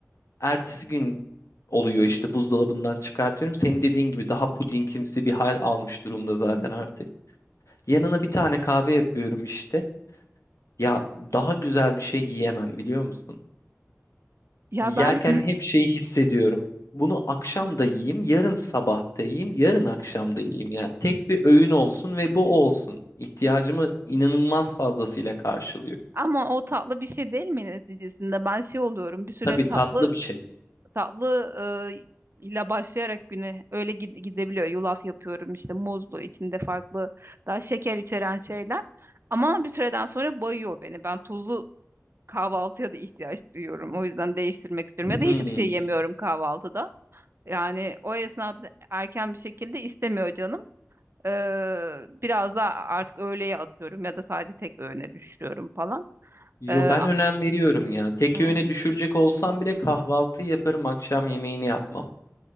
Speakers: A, on the left; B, on the right.
A: Ertesi gün oluyor işte buzdolabından çıkartıyorum. Senin dediğin gibi daha pudingimsi bir hal almış durumda zaten
B: Yani-
A: artık. Yanına bir tane kahve yapıyorum işte. Ya daha güzel bir şey yiyemem biliyor musun?
B: Ya
A: Yerken
B: ben
A: hep şey hissediyorum. Bunu akşam da yiyeyim, yarın sabah da yiyeyim, yarın akşam da yiyeyim. Yani tek bir öğün olsun ve bu olsun. İhtiyacımı inanılmaz fazlasıyla karşılıyor.
B: <clears throat> ama o tatlı bir şey değil mi neticesinde? Ben şey oluyorum. Bir süre
A: Tabii
B: tatlı
A: tatlı bir şey.
B: tatlı e, ile başlayarak güne öyle gid- gidebiliyor. Yulaf yapıyorum işte muzlu içinde farklı daha şeker içeren şeyler. Ama bir süreden sonra bayıyor beni. Ben tuzlu kahvaltıya da ihtiyaç duyuyorum. O yüzden değiştirmek istiyorum.
A: Hmm.
B: Ya da hiçbir şey yemiyorum kahvaltıda. Yani o esnada erken bir şekilde istemiyor canım. Ee, biraz da artık öğleye atıyorum ya da sadece tek öğüne düşürüyorum falan.
A: Yo
B: Ee, a-
A: ben önem veriyorum ya. Tek
B: Hmm.
A: öğüne düşürecek olsam bile kahvaltı yaparım, akşam yemeğini yapmam.